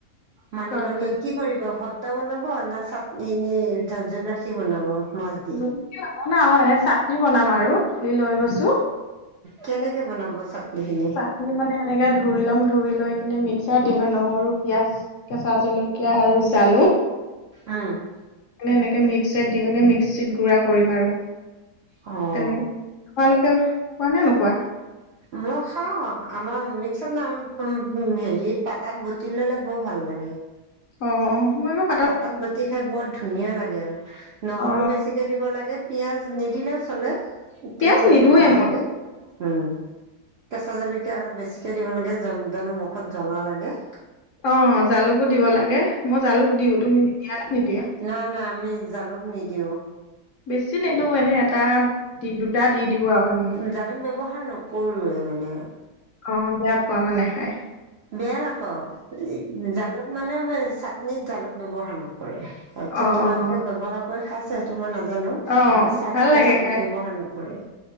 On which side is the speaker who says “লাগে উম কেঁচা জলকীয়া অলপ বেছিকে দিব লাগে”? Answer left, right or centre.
Right